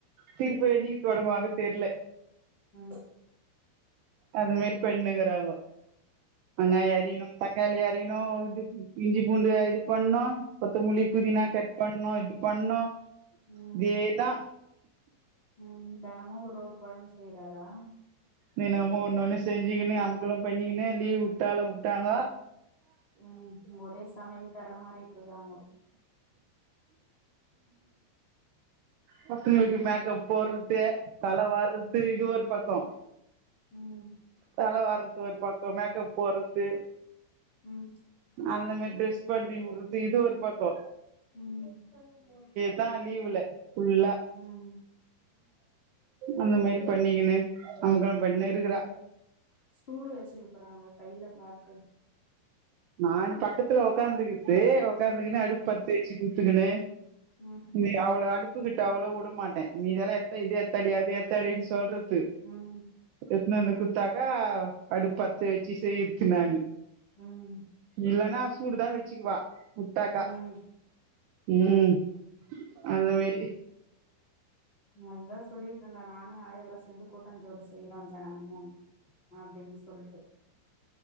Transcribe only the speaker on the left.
ம்
ம்
ம்
ம்
ம் தெனமு ஒரு ஒரு கொழம்பு செய்றாளா
ம் ஒரே சமையல் கார மாறிட்டு இருக்காங்கோ
ம்
ம்
ம்
ம் எப்பொழுதுமா
ம்
ம்
சூடு வச்சுக்க போறாங்க கையில பாத்து
ம்
ம்
ஆமா
ம்
ம்
அதுதா சொல்லிட்ருந்தே நானு ஆயெல்லா சேந்து கூட்டாஞ்சோறு செ செய்யறோ தெனமு அப்டின் சொல்லிட்டு